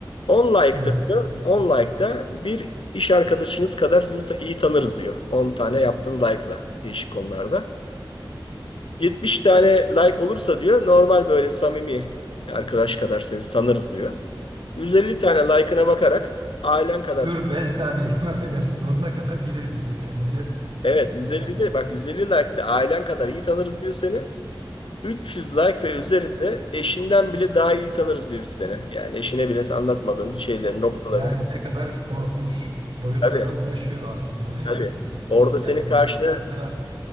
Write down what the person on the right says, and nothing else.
Evet.
Dur
ben İslami değilim, <laughs> affedersin donuna kadar bilirim diyecek yani öyle mi?
<laughs>
Yani,
yani ne kadar korkunç boyutlara
ulaşıyor aslında değil
mi? Hani
ti-
Yani maddi
zarar.